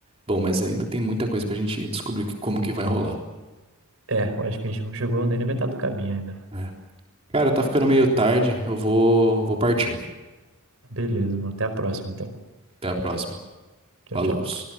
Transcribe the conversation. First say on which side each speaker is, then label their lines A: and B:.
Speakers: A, on the right (about 25°); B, on the right (about 70°).
A: Bom, mas ainda tem muita coisa pra gente descobrir que- como que vai rolar.
B: É, eu acho que a gente não chegou nem na metade do caminho ainda.
A: É. Cara, tá ficando meio tarde, eu vou, vou partir.
B: Beleza, mano. Até a próxima, então.
A: Até a próxima.
B: Tchau,
A: Falou.
B: tchau.